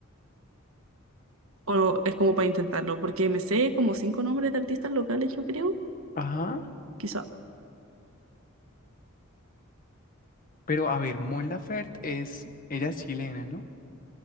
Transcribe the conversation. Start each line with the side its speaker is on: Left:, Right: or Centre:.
Right: O es como para intentarlo, porque me sé como cinco nombres de artistas locales, yo creo.
Left: Ajá,
Right: Quizá.
Left: pero a ver, Mon Laferte es, ella es chilena, ¿no?